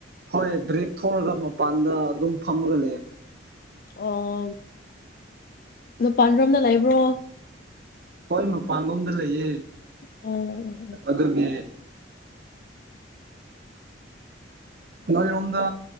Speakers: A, on the right (about 50°); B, on the left (about 50°).
A: ꯍꯣꯏ ꯕ꯭ꯔꯦꯛ ꯊꯣꯛꯂꯒ ꯃꯄꯥꯟꯗ ꯑꯗꯨꯝ ꯐꯝꯃꯒ ꯂꯩꯌꯦ꯫
B: ꯑꯣ ꯂꯨꯄꯥꯥꯟꯔꯣꯝꯅ ꯂꯩꯕ꯭ꯔꯣ꯫
A: ꯍꯣꯏ ꯃꯄꯥꯟꯂꯣꯝꯗ ꯂꯩꯌꯦ꯫
B: ꯑꯣ ꯑꯣ
A: ꯑꯗꯨꯒꯤ ꯅꯣꯏꯔꯣꯝꯗ